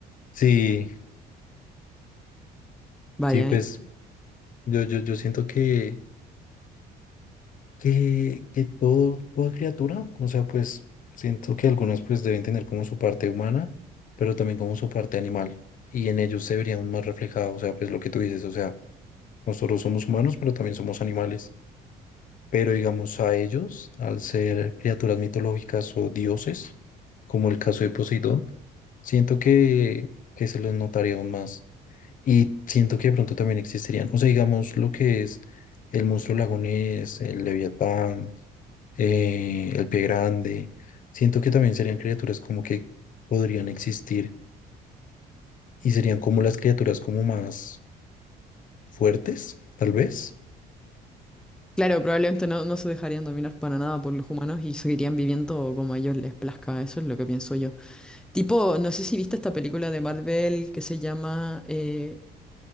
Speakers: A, on the left; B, in the centre.
A: Sí,
B: Vaya,
A: sí, pues
B: ¿eh?
A: yo, yo, yo siento que, que, que todo, toda criatura, o sea, pues siento que algunas pues deben tener como su parte humana, pero también como su parte animal. Y en ellos se verían más reflejados, o sea, pues lo que tú dices, o sea, nosotros somos humanos, pero también somos animales. Pero digamos a ellos, al ser criaturas mitológicas o dioses, como el caso de Poseidón, Siento que, que se los notaría aún más. Y siento que de pronto también existirían, o sea, digamos lo que es el monstruo lagonés, el leviatán, eh, el pie grande. Siento que también serían criaturas como que podrían existir y serían como las criaturas como más fuertes, tal vez.
B: Claro, probablemente no, no se dejarían dominar para nada por los humanos y seguirían viviendo como a ellos les plazca, eso es lo que pienso yo. Tipo, no sé si viste esta película de Marvel que se llama... eh,